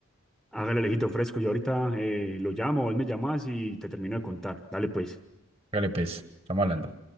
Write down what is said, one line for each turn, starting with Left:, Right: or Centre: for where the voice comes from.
Centre: Hágale, lejito fresco, yo ahorita eh, lo llamo, vos me llamas y te termino de contar. Dale pues.
Right: Dale, pues, estamos hablando.